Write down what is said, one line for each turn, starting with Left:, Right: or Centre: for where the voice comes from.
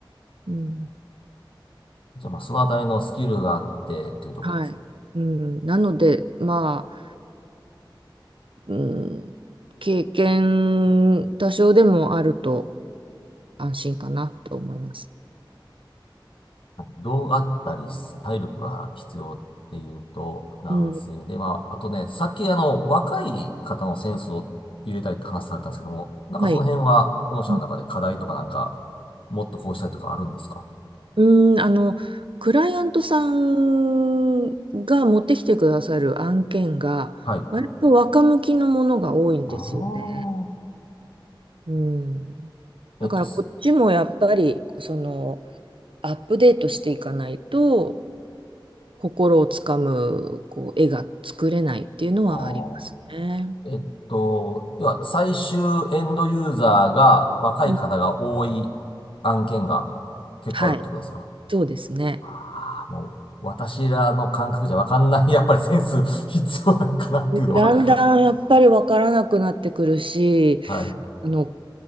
Right: うん
Left: じゃあまあ、そのあたりのスキルがあってというところですね。
Right: はい。うん、なので、まあ、うん、経験多少でもあると安心かなと思います。
Left: 動があったり、体力が必要っていうと、男性で、
Right: うん、
Left: まあ、あとね、さっきあの、若い方のセンスを入れたいって話されたんですけども、なんかその辺は、
Right: はい。
Left: 御社の中で課題とかなんか、
Right: う
Left: もっとこうしたいとかあるんですか
Right: ん、うんあの、クライアントさんが持ってきてくださる案件が、
Left: はい。
Right: 割と若向きのものが多いんですよね。
Left: あ
Right: うん。
Left: あ。
Right: だからこっちもやっぱり、
Left: えっと、す
Right: その、アップデートしていかないと、心をつかむこう絵が作れないっていうのはありますね。
Left: あーえっと、要は、最終エンドユーザーが若い方が多い
Right: うん
Left: 案件が結構あるってことですか
Right: はい、そうですね。
Left: ああ、もう、私らの感覚じゃわかんない、<laughs> やっぱりセンス必要なんかなっていうのは、
Right: だんだんやっぱり分からなくなってくるし、
Left: はい。
Right: あの、